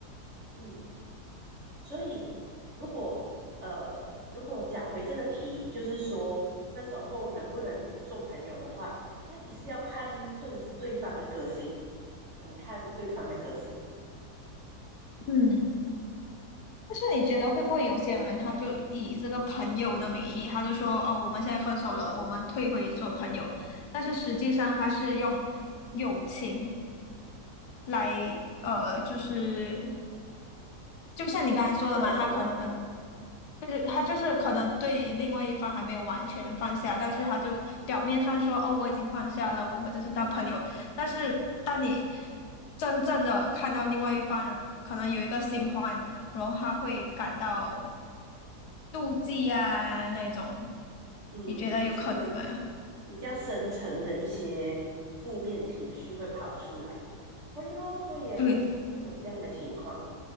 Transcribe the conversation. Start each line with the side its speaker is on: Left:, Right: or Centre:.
Right: 嗯，所以如果呃，如果讲回这个题，就是说分手后能不能做朋友的话，那其实要看对对方的个性，很看对方的个性。
Left: <laughs> 嗯。但是你觉得会不会有些人他就以这个朋友的名义，他就说哦，我们现在分手了，我们退回做朋友，但是实际上他是用友情来呃，就是就像你刚才说的嘛，
Right: 情绪勒索，
Left: 他可能就是他就是可能对另外一方还没有完全放下，但是他就表面上说哦，我已经放下了，我们就是当朋友，但是当你真正的看到另外一方可能有一个新欢。然后他会感到妒忌啊那种，
Right: 嗯，
Left: 你觉得有可能吗？
Right: 就是比较深层的一些负面情绪会跑出来，会咯，会耶，
Left: 对，
Right: 会有这样的情况。